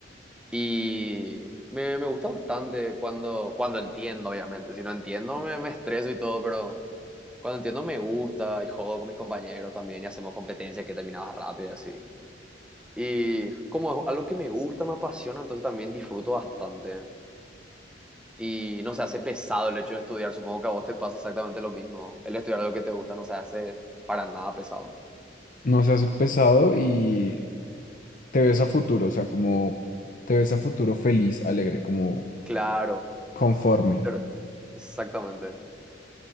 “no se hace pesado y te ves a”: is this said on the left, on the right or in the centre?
Left